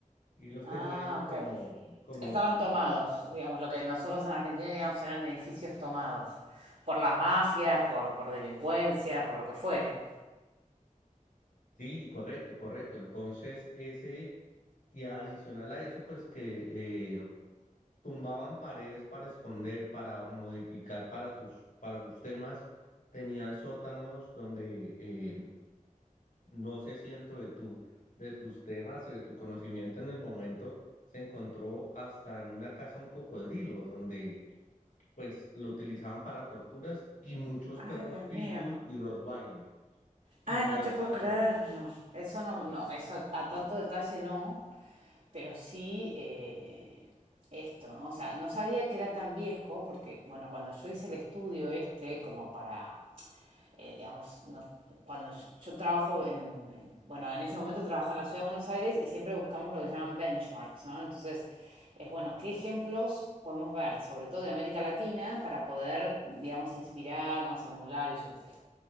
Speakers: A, on the left; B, on the right.
A: y los
B: Ah,
A: tenían como,
B: ok.
A: como,
B: Estaban
A: como,
B: tomados, digamos, lo que nosotros en Argentina, digamos, eran edificios tomados. Por la mafia, por, por delincuencia, por lo que fuere.
A: sí, correcto, correcto. Entonces, ese, y adicional a eso, pues que eh, tumbaban paredes para esconder, para modificar para sus, para sus temas. Tenían sótanos donde eh, No sé si dentro de tu, de tus temas, eh, de tu conocimiento en el momento, se encontró hasta en una casa un cocodrilo, donde pues lo utilizaban para torturas y muchos
B: Ah,
A: perros
B: Dios
A: Pitbull
B: mío.
A: y Rottweiler, igual
B: Ay, no te puedo
A: para
B: creer,
A: lo mismo.
B: no. Eso no,
A: Sí.
B: no, eso a tanto detalle no, pero sí eh, esto, ¿no? O sea, no sabía que era tan viejo, porque, bueno, cuando yo hice el estudio este, como para, eh, digamos, no- cuando yo, yo trabajo en, en- bueno, en ese momento trabajaba en la ciudad de Buenos Aires y siempre buscamos lo que llaman benchmarks, ¿no? Entonces, es bueno, ¿qué ejemplos podemos ver, sobre todo de América Latina, para poder, digamos, inspirarnos, emular y yo qué sé?